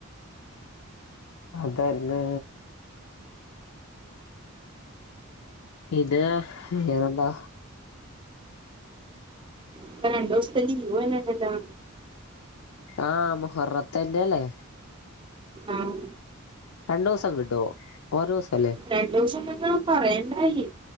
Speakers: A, on the left; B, on the right.
A: അതന്നെ ഇത് വേറെന്താ
B: ഇപ്പ രണ്ടൂസ്ത്തെക്ക് ലീവ് വരുന്നുണ്ടല്ലാ
A: ആഹ് മുഹർ ത്തന്റല്ലേ
B: ആഹ്
A: രണ്ടൂസം കിട്ടോ ഓരോസല്ലേ
B: രണ്ടൂസം ഇണ്ടെന്ന് പറയിണ്ടായി